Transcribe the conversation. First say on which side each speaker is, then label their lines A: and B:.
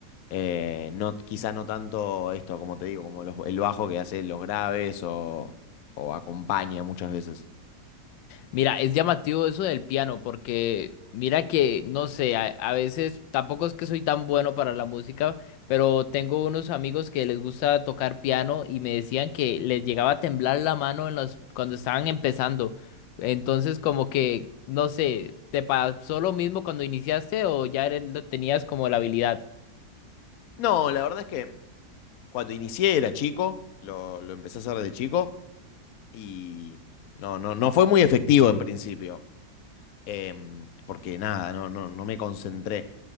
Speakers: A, on the left; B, on the left.
A: Eh, no, quizá no tanto esto, como te digo, como los- el bajo que hace los graves o, o acompaña muchas veces.
B: Mira, es llamativo eso del piano, porque mira que, no sé, a, a veces tampoco es que soy tan bueno para la música, pero tengo unos amigos que les gusta tocar piano y me decían que les llegaba a temblar la mano en los, cuando estaban empezando. Entonces, como que, no sé, ¿te pasó lo mismo cuando iniciaste o ya eres- lo tenías como la habilidad?
A: No, la verdad es que cuando inicié era chico, lo, lo empecé a hacer desde chico y no, no, no fue muy efectivo en principio. em, porque nada, no, no, no me concentré.